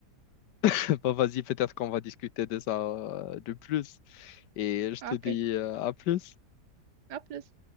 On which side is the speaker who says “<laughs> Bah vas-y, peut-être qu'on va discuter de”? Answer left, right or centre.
Left